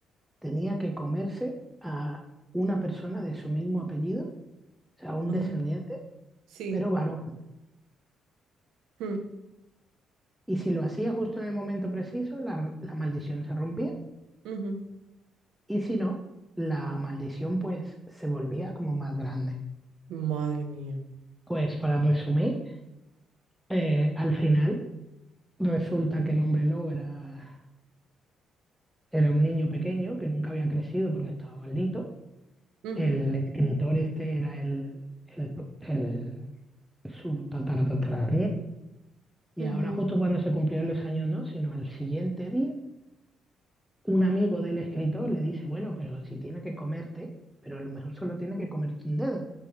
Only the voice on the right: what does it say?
Ay,
sí.
Mm,
ujú.
Madre mía.
Ujú,
ujú.